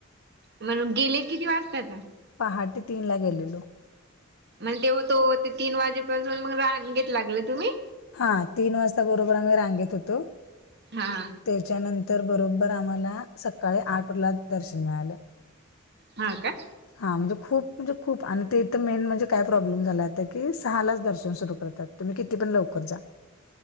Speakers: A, on the right (about 50°); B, on the left (about 75°).
A: मग गेले किती वाजतात?
B: पहाटे तीन ला गेलेलो.
A: म्हण तेव्हा तो ते तीन वाजेपासून मग रांगेत लागले तुम्ही?
B: हा तीन वाजता बरोबर आम्ही रांगेत होतो.
A: हा हा.
B: त्याच्यानंतर बरोबर आम्हाला सकाळी आठला दर्शन मिळालं.
A: हा काय.
B: हा म्हणजे खूप म्हणजे खूप आणि ते इथं मेन म्हणजे काय प्रॉब्ल प्रॉब्लेम झाला आता कि सहालाच दर्शन सुरू करतात, तुम्ही किती पण लवकर जा.